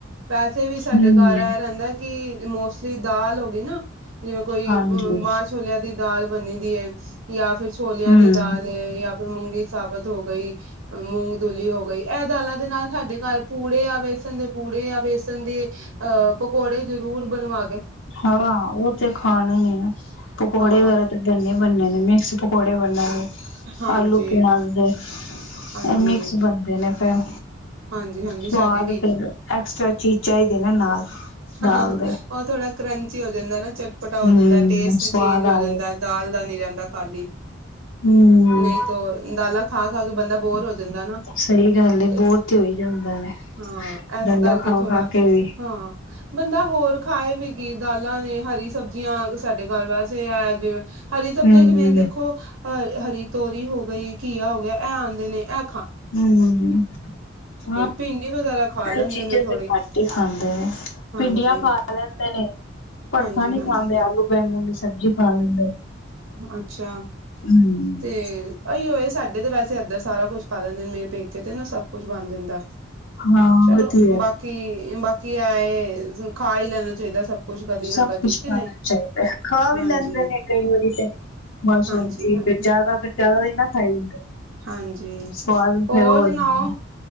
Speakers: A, on the right (about 80°); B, on the left (about 70°).
A: ਵੈਸੇ ਵੀ ਸਾਡੇ
B: ਹਮ
A: ਘਰ ਇਹ ਰੇਂਦਾ ਕਿ ਮੋਸਟਲੀ ਦਾਲ ਹੋ ਗਈ ਨਾ ਜਿਵੇਂ ਕੋਈ
B: ਹਾਂਜੀ
A: ਅਮ ਮਾਂ ਛੋਲਿਆਂ ਦੀ ਦਾਲ ਬੰਨੀ ਦੀ ਏ। ਯਾ ਫੇਰ ਛੋਲਿਆਂ
B: ਹਮ
A: ਦੀ ਦਾਲ ਏ ਯਾ ਫੇਰ ਮੂੰਗੀ ਸਾਬਤ ਹੋ ਗਈ, ਅ ਮੂੰਗ ਦੁਲੀ ਹੋ ਗਈ ਇਹ ਦਾਲਾਂ ਦੇ ਨਾਲ ਸਾਡੇ ਘਰ ਪੂੜੇ ਆ ਵੇਸਣ ਦੇ ਪੂ ਪੂੜੇ ਯਾ ਵੇਸਨ ਦੇ ਅਹ ਪਕੌੜੇ ਜਰੂਰ ਬਨਵਾ
B: ਹਾਂ ਉਹ ਤੇ ਖਾਨੇ ਈ ਨਾ, ਪਕੌੜੇ
A: ਹਾਂ
B: ਵਗੈਰਾ ਤਾਂ ਬੰਨੇ-ਬੰਨੇ ਨੇ ਮਿਕਸ ਪਕੌੜੇ ਬਨੇ ਨੇ,
A: ਹਾਂਜੀ
B: ਆਲੂ ਪਿਆਜ ਦੇ,
A: ਹਾਂਜੀ
B: ਇਹ ਮਿਕਸ ਬਨਦੇ ਨੇ ਫੇਰ।
A: ਹਾਂਜੀ ਹਾਂਜੀ
B: ਸਵਾਦ
A: ਸਾਡੇ ਵੀ
B: ਫੇਰ ਐਕਸਟਰਾ ਚੀ ਚਾਹੀਦੇ ਨੇ ਨਾਲ, ਦਾਲ
A: ਹਾਂ
B: ਦੇ।
A: ਉਹ ਥੋੜਾ ਕਰੰਚੀ ਹੋ ਜਾਂਦਾ ਨਾ। ਚਟਪਟਾ ਹੋ
B: ਹਮ
A: ਜਾਂਦਾ ਟੇਸਟ
B: ਸਵਾਦ
A: ਚੇਂਜ
B: ਆ
A: ਹੋ ਜਾਂਦਾ ਦਾਲ ਦਾ ਨੀ ਰਹਿੰਦਾ ਖਾਲੀ
B: ਹਮ
A: ਨਹੀਂ ਤੋਂ ਦਾਲਾਂ ਖਾ ਖਾ ਕੇ ਬੰਦਾ ਬੋਰ ਦਿੰਦਾ ਨਾ
B: ਸਹੀ ਗੱਲ ਏ,
A: ਤੇ
B: ਬੋਰ ਹੋਈ ਜਾਂਦਾ ਨੇ
A: ਹਾਂ ਏਸ
B: ਡੰਡਾ
A: ਕਰਕੇ
B: ਖਾ
A: ਥੋੜਾ
B: ਖਾ ਕੇ ਵੀ
A: ਹਾਂ ਬੰਦਾ ਹੋਰ ਖਾਏ ਵੀ ਕੀ ਦਾਲਾਂ ਨੇ ਹਰੀ ਸਬ ਜੀਆਂ ਸਾਡੇ ਘਰ ਵੈਸੇ ਹੈ ਜਿਵੇਂ ਹਰੀ ਸਬਜ਼ੀਆਂ
B: ਹਮ
A: ਚ ਮੇਨ ਦੇਖੋ ਹ ਹਰੀ ਤੋਰੀ ਹੋ ਗਈ, ਕੀਆ ਹੋ ਗਿਆ, ਇਹ ਆਂਦੇ ਨੇ ਐ
B: ਹੂੰ, ਹਾਂ
A: ਭਿੰਡੀ ਵਗੈਰਾ ਖਾ ਲੈਂਦੇ
B: ਇਹ ਚੀਜ਼ਾਂ
A: ਨੇ ਥੋੜੀ
B: ਤੇ ਘੱਟ ਈ ਖਾ ਲੈਂਦੇ ਨੇ,
A: ਹਾਂਜੀ
B: ਭਿੰਡੀਆਂ ਖਾ ਲੈਂਦੇ ਨੇ, ਭੜਥਾ
A: ਹਾਂਜੀ
B: ਨੀ
A: ਹਾਂਜੀ
B: ਖਾਂਦੇ ਆਲੂ ਬੈਂਗਣ ਦੀ ਸ ਸਬਜ਼ੀ ਖਾ ਲੈਂਦੇ
A: ਅੱਛਾ,
B: ਹੂੰ।
A: ਤੇ ਅਈਓਏ ਸਾ ਤੇ ਤੇ ਵੈਸੇ ਇੱਦਰ ਸਾਰਾ ਕੁਛ ਖਾ ਲਿੰਦੇ ਨੇ ਮੇਰੇ ਪੇਕੇ ਤੇ ਨਾ ਸਭ ਕੁੱਛ ਬਣ ਜਾਂਦਾ
B: ਹਾਂ
A: ਚਲੋ
B: ਵਧੀਆ
A: ਬਾਕੀ, ਬਾਕੀ ਐਏ ਖਾ ਈ ਲੈਨਾ ਚਾਹੀਦਾ ਸਭ ਕੁਛ ਕਦੀ
B: ਸਭ
A: ਨਾ ਕਦੀ
B: ਕੁਛ
A: ਕਿ
B: ਖਾਨਾ
A: ਨਹੀਂ
B: ਚਾਹੀਦਾਏ, ਖਾ ਵੀ
A: ਹਾਂਜੀ
B: ਲੈਂਦੇ ਨੇ ਕਈ ਵਾਰੀ। ਮਾਸੂਮ
A: ਹਾਂਜੀ
B: ਜੀ
A: ਹਾਂਜੀ
B: ਫੇਰ ਜਾਦਾ ਫੇਰ ਜਾਦਾ ਵੀ ਨਾ ਖਾਈ ਹਲੇ
A: ਹਾਂਜੀ
B: ਸਵਾਦ
A: ਹੋਰ
B: ਫੇਰ ਉਹ ਹੋ
A: ਸੁਣਾਓ
B: ਜਾਂਦਾ।